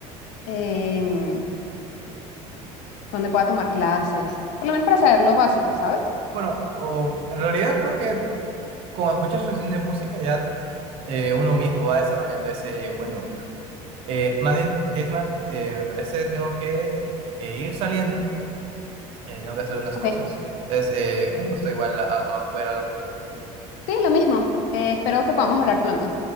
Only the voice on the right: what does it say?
Bueno, o- en realidad creo que con escuchar suficiente música ya eh, uno mismo va desarrollando ese buen oído. Eh, más bien, Esmar, eh, me parece tengo que eh, ir saliendo, eh, tengo que hacer unas
cosas. Entonces, eh, un gusto igual a- a- poder hablar contigo.